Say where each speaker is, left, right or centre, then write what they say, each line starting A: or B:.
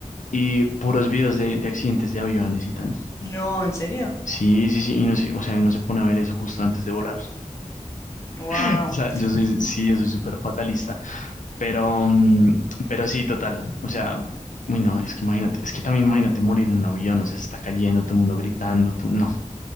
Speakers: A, on the left; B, on the left.
A: y puros videos de, de accidentes de aviones y tal.
B: No, ¿en serio?
A: Sí, sí, sí. Y no, se- o sea, uno se pone a ver eso justo antes de volar.
B: Wow.
A: <laughs> O sea, yo soy, sí, yo soy súper fatalista. Pero, mm, pero sí, total. O sea, uy, no, es que imagínate, es que también imagínate morir en un avión, o sea, se está cayendo, todo el mundo gritando, tú, no,